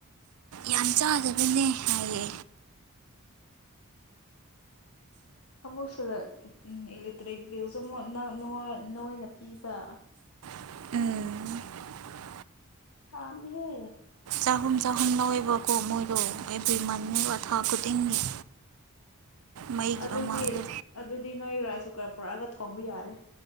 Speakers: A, on the right; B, on the left.
A: ꯌꯥꯝ ꯆꯥꯗꯕꯅꯦ ꯍꯥꯏꯌꯦ
B: ꯑꯃꯨꯛꯁꯤꯗ ꯎ ꯏꯂꯦꯛꯇ꯭ꯔꯤꯛ ꯕꯤꯜꯁꯨ ꯑꯃꯨꯛ ꯅꯅ ꯄꯤꯕ
A: ꯎꯝ
B: ꯀꯃꯤ ꯍꯦ
A: ꯆꯍꯨꯝ ꯆꯍꯨꯝ ꯂꯧꯋꯦꯕꯀꯣ ꯃꯣꯏꯗꯣ ꯑꯦꯕ꯭ꯔꯤ ꯃꯟꯉꯕ ꯊꯥ ꯈꯨꯗꯤꯡꯒꯤ ꯃꯩꯒꯤ
B: ꯑꯗꯨꯗꯤ
A: ꯃꯃꯥꯡꯗ
B: ꯑꯗꯨꯗꯤ ꯅꯣꯏ ꯔꯥꯏꯁ ꯀꯨꯀꯔ ꯄꯨꯔꯥꯒ ꯊꯣꯡꯕ ꯌꯥꯔꯦ